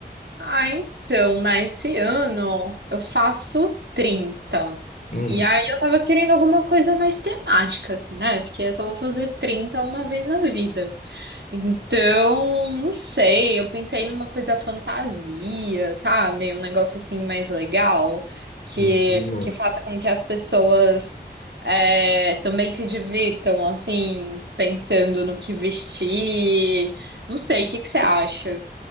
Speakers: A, on the right; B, on the left.
A: Ah, então, né? Esse ano eu faço trinta
B: Hum,
A: E aí eu tava querendo alguma coisa mais temática, assim, né? Porque eu só vou fazer 30 uma vez na vida. Então, não sei, eu pensei numa coisa fantasia, sabe? Um negócio assim mais legal, que,
B: hum, hum.
A: que faça com que as pessoas é, também se divirtam, assim, pensando no que vestir. Não sei, o que que você acha?